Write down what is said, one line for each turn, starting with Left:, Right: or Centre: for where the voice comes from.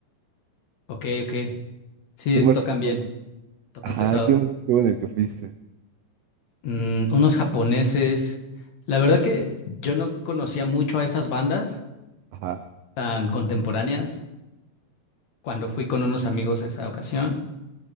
Left: ok, ok. Sí,
Right: ¿Quién
Left: es-
Right: más
Left: tocan
Right: estuvo
Left: bien,
Right: con?
Left: tocan
Right: Ajá,
Left: pesado.
Right: ¿quién más estuvo en el que fuiste?
Left: Mm, unos japoneses. La verdad que yo no conocía mucho a esas bandas
Right: Ajá.
Left: tan contemporáneas cuando fui con unos amigos a esa ocasión.